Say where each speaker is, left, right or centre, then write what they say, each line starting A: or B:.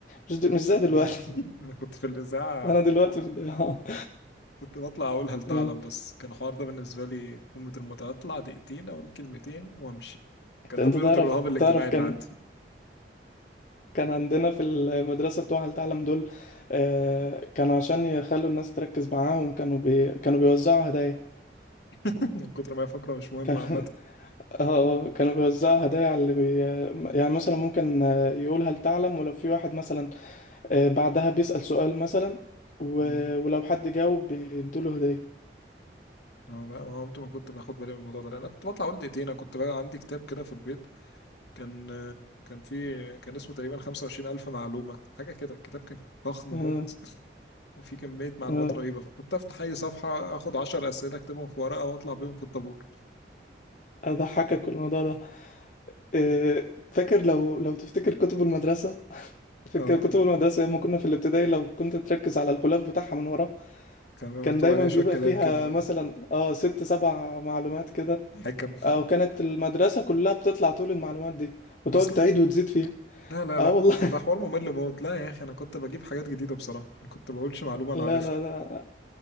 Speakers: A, on the left (about 45°); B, on the left (about 70°).
A: مش د... مش زي دلوقتي
B: انا <laughs> انا كنت في الاذاعه
A: <laughs> أنا دلوقتي في الد- <laughs> آه.
B: كنت بطلع اقول هل تعلم
A: آه.
B: بس كان الحوار ده بالنسبه لي قمه المتعه اطلع دقيقتين اقول كلمتين وامشي كان
A: أنت
B: ده بيرضي
A: تعرف
B: الرهاب الاجتماعي
A: تعرف
B: اللي
A: كان
B: عندي
A: كان عندنا في المدرسة بتوع هل تعلم دول آه، كانوا عشان يخلوا الناس تركز معاهم كانوا بي... كانوا بيوزعوا هدايا
B: <laughs> من كتر ما هي فقره مش مهمه
A: كان <laughs>
B: عامه
A: اه آه، كانوا بيوزعوا هدايا على اللي بي... يعني مثلا ممكن آه، يقول هل تعلم ولو في واحد مثلا آه، بعدها بيسأل سؤال مثلا و...
B: مم.
A: ولو حد جاوب بيدوله هدية
B: اه لا ما عمت ما كنت باخد بالي من الموضوع ده لأن انا كنت بطلع اقول دقيقتين انا كنت بقى عندي كتاب كده في البيت كان كان في كان اسمه تقريبا 25000 معلومة حاجة كده الكتاب كان ضخم
A: اه
B: موت وفي كمية معلومات
A: اه
B: رهيبة فكنت أفتح أي صفحة أخد 10 أسئلة أكتبهم في ورقة وأطلع بيهم في الطابور
A: أضحكك الموضوع ده آه، فاكر لو لو تفتكر كتب المدرسة فاكر
B: اه
A: كتب المدرسة لما كنا في الابتدائي لو كنت تركز على الغلاف بتاعها من ورا
B: كان بيبقى
A: كان
B: مكتوب
A: دايما
B: عليها
A: بيبقى
B: شوية كلام
A: فيها
B: كده
A: مثلا اه ست سبع معلومات كده
B: حكم
A: او كانت المدرسة كلها بتطلع طول المعلومات دي وتقعد
B: <laughs> أصلا
A: تعيد وتزيد فيها
B: لا لا
A: اه
B: لا
A: والله
B: ما ده حوار ممل موت لا يا أخي أنا كنت بجيب حاجات جديدة بصراحة ما كنت بقولش
A: <laughs>
B: معلومة أنا
A: لا
B: عارفها
A: لا لا